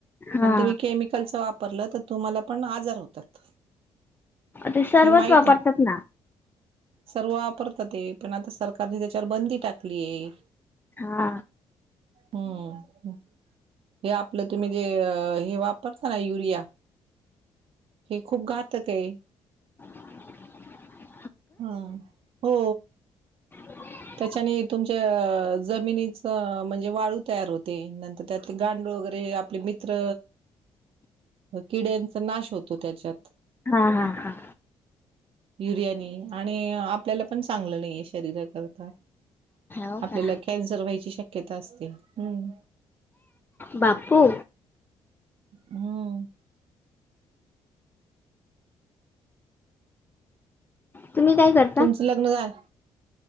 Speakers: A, on the left; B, on the right.
A: हा
B: आणि तुम्ही केमिकलच वापरलं तर तुम्हाला पण आजार होतात.
A: ते सर्वच
B: हे माहित
A: वापरतात
B: आहे.
A: ना.
B: सर्व वापरतात ते पण आता सरकारने त्याच्यावर बंदी टाकलीय.
A: हा
B: हम्म हे आपलं तुम्ही जे हे वापरता ना युरिया हे खूप घातक आहे.
A: <inaudible>
B: हम्म हो
A: ह <inaudible>
B: त्याच्याने तुमच्या जमिनीचं म्हणजे वाळू तयार होते नंतर त्यात गांडूळ वगैरे आपले मित्र
A: <inaudible>
B: किड्यांचा नाश होतो त्याच्यात.
A: हा हा हा
B: युरियानी आणि आपल्याला पण चांगलं नाही आहे शरीराकरता.
A: हो
B: आपल्याला
A: का
B: कॅन्सर व्हायची शक्यता असते. हम्
A: बापू
B: हम्म
A: तुम्ही काय करता
B: तुमचं लग्न झाल.